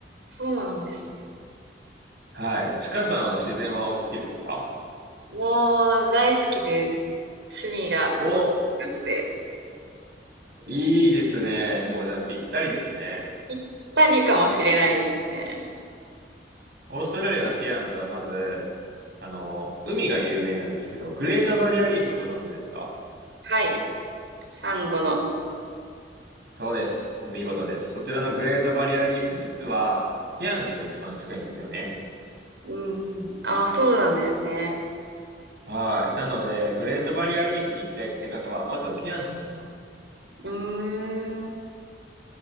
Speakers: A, on the right (about 80°); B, on the right (about 65°).
A: そうなんですね。
B: はい。ちかさんは自然はお好きですか
A: もう、大好きです。趣味が東京なので。
B: お、いいですね。もうじゃあぴったりですね。
A: ぴったりかもしれないですね。
B: オーストラリアのケアンズはまず、あの、海が有名なんですけど、グレートバリアリーフご存知ですか
A: はい。サンゴの。
B: そうです。お見事です。そちらのグレートバリアリーフ、実は、ケアンズが一番近いんですよね。
A: うんうん。ああ、そうなんですね。
B: はい。なので、グレートバリアリーフに行きたいって方は、まずケアンズに行きます。
A: うーん。